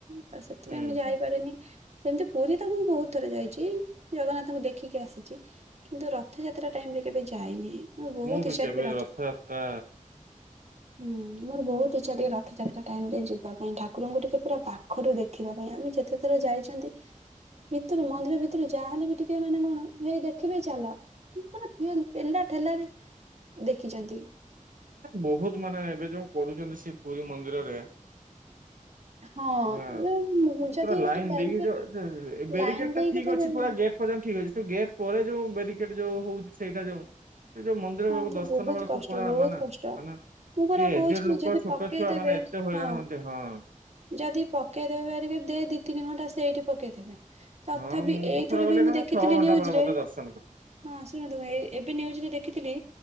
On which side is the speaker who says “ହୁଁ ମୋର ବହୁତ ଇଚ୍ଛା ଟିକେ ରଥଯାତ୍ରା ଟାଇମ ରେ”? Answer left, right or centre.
Right